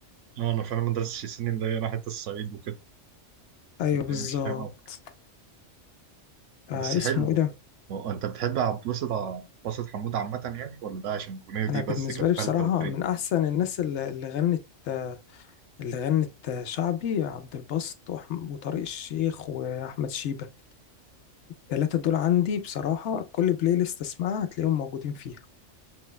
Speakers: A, on the right (about 80°); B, on the left (about 75°).
A: أه أنا فعلا ما درستش سنين ده أنا حتة الصعيد وكده
B: أيوه
A: طب
B: بالظبط
A: أنا مش فاهم أوي
B: آه
A: بس
B: اسمه
A: حلو
B: إيه ده؟
A: هو أنت بتحب عبد الباسط عبد الباسط حمود عامة يعني ولا ده عشان الأغنية دي
B: أنا
A: بس
B: بالنسبة
A: كانت
B: لي
A: فلتة
B: بصراحة
A: وترند
B: من أحسن الناس اللي اللي غنت آه اللي غنت آه شعبي عبد الباسط وأحم- وطارق الشيخ وأحمد شيبة التلاتة دول عندي بصراحة كل بلاي ليست أسمعها هتلاقيهم موجودين فيها